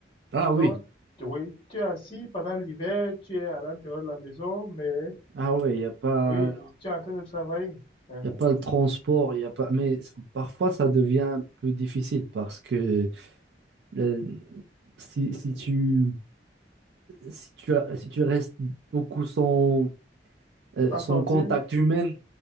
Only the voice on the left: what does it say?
Donc,
oui, tu es assis pendant l'hiver, tu es à l'intérieur de la maison, mais
Oui, tu es en train de travailler. Mhm.
T'en
sortir?